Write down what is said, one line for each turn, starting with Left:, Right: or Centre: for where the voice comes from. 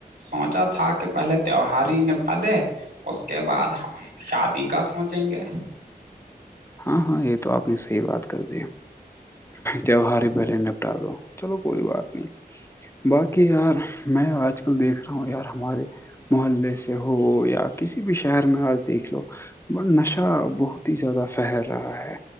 Right: سوچا تھا کہ پہلے تیواری ہی ن پ دے اس کے بعد شادی کا سوچیں گے
Left: ہاں ہاں یہ تو آپ نے صحی بات کر د تہوہار پہلے نپٹا دو چلو کوئی بات نہیں باقی یار میں آج ک دیکھ رہا ہوں یار ہمارے محلے سے ہو یا کسی بھی شہر میں آج دیکھ لو ب نشہ بہت ہی زیادہ پہر رہا ہے